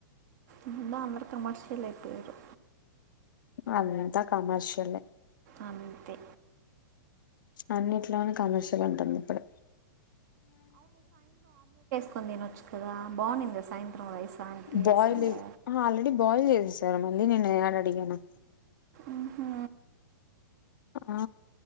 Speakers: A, on the right; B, on the left.
A: అంటా అందరు కమర్ష్యల్ అయిపోయారు
B: అంతా కమర్షియలే
A: అంతే
B: అన్నిట్లోను కమర్షియల్ ఉంటుంది ఇప్పుడు
A: కొని తినొచ్చు కదా బాగుంది సాయంత్రం రైస్ ఆంటీ
B: బాయిల్
A: వేసిందా
B: ఆల్రెడీ బాయిల్ చేసి <unintelligible> మళ్ళీ ననేను యాడ అడిగేను
A: ఉహు
B: ఆ